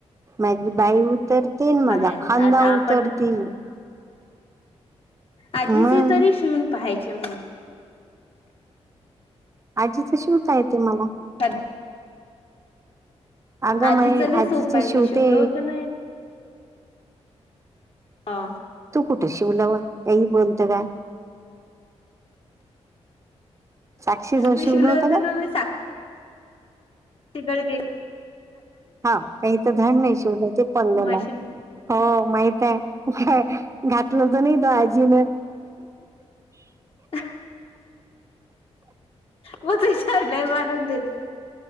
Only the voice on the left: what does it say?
बायांच
आता आपण
आजीचे
तरी शवून पहायचे म्हण
ह
आजीच
लय
सोपं आहे मी
शिवल होतं ना हे हा
मी
शलो
होतो
नाम्ही ड
मशीन
<inaudible> मग ते विचारलंय मानून देत.